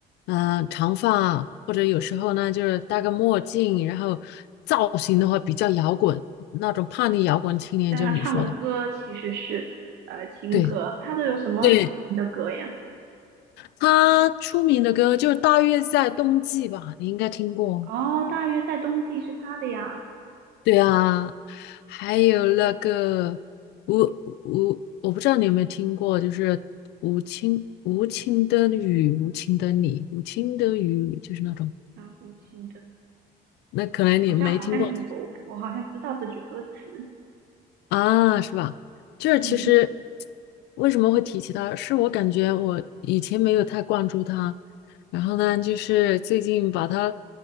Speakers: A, on the left; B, on the right.
A: 嗯、长发，或者有时候呢，就是戴个墨镜，然后造型的话比较摇滚，那种叛逆摇滚青年，
B: 但他唱的歌其实是呃情歌。
A: 就是你说的，对
B: 他都有什么出名的歌呀？
A: 对，他出名的歌就是大约在冬季吧，你应该听过。
B: 哦，大约在冬季是他的呀。
A: 对啊，还有那个吴吴，我不知道你有没有听过，就是无情无情的雨，无情的你，无情的雨，就是那种，
B: 啊，无情的，
A: 那可能你没听过，
B: 好像好像听过，我好像知道这句歌词。
A: 啊，是吧？就是其实
B: 嗯
A: 为什么会提起他，是我感觉我以前没有太关注他，然后呢，就是最近把他